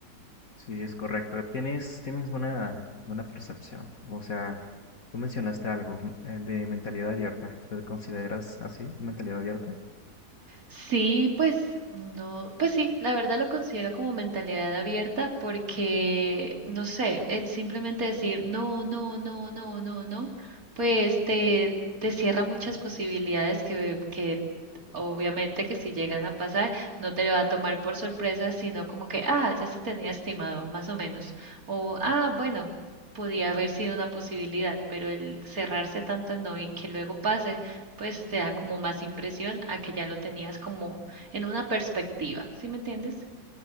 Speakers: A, on the left; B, on the right.
A: Sí, es correcto. Tienes, tienes buena, buena percepción. O sea, tú mencionaste algo mm, eh, de mentalidad abierta. ¿Te consideras así, mentalidad abierta?
B: Sí, pues no, pues sí, la verdad lo considero como mentalidad abierta porque, no sé, el simplemente decir no, no, no, no, no, no, pues te, te cierra muchas posibilidades que, que Obviamente que si llegan a pasar, no te lo va a tomar por sorpresa, sino como que, ah, ya se tenía estimado, más o menos. O, ah, bueno, podía haber sido una posibilidad, pero el cerrarse a tanto no y que luego pase, pues te da como más impresión a que ya lo tenías como en una perspectiva, ¿sí me entiendes?